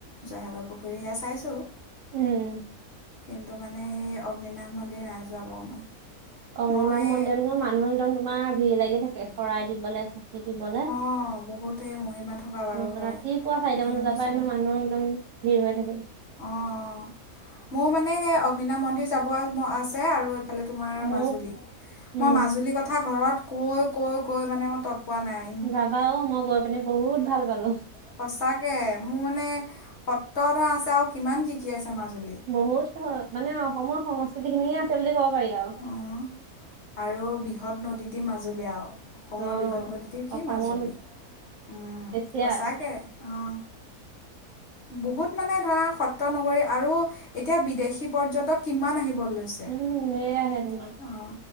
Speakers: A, on the left (about 55°); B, on the right (about 65°).
A: জয়সাগৰ পুখুৰী সেয়া চাইছোঁ।
B: উম।
A: কিন্তু মানে সেই অগ্নিনাাশ মন্দিৰ নাই যোৱা বাৰু মই
B: অগ্নিনাথ
A: মই
B: মন্দিৰতো মানুহ একদম তোমাৰ ভিৰ লাগি থাকে শৰাই দিবলৈ চাকি দিবলৈ
A: অ', বহুত সেই মহিমা থকা বাৰু
B: অ',
A: হয়
B: ৰাতিপুৱা চাৰিটামান
A: সেইটো শুনিছোঁ
B: বজাৰ পৰা হেনো মানুহ একদম ভিৰ হৈ থাকে
A: অ', মোৰ মানে সেই অগ্নিনামথ মন্দিৰ যাব আছে আৰু এইফালে তোমাৰ
B: মোৰ
A: মাজুলী
B: উম,
A: মই মাজুলীৰ কথা ঘৰত কৈ, কৈ, কৈ মানে মই তৎপোৱা নাই আৰু
B: যাবা অ', মই গৈ পিনি বহুত ভাল পালো।
A: সঁচাকৈ মোৰ মানে সত্তৰ ধ আছে আৰু কিমান কি কি আছে মাজুলীত।
B: বহুত মানে অসমৰ সংস্কৃতি খিনিয়ে আছে বুলি ক'ব পাৰি আৰু
A: অঁ আৰু বৃহৎ নদী দি মাজুলী আৰু অসমৰ
B: অ
A: বৃহৎ নদীটো কি
B: অসমৰ
A: মাজুলী
B: ভিতৰত
A: সঁচাকৈ
B: এছিয়াৰ
A: অ'। বহুত মানে ধৰা সত্ৰ নগৰী আৰু এতিয়া বিদেশী পৰ্যটক কিমান আহিবলৈ অ'।
B: উম সেয়াহে তোমাৰ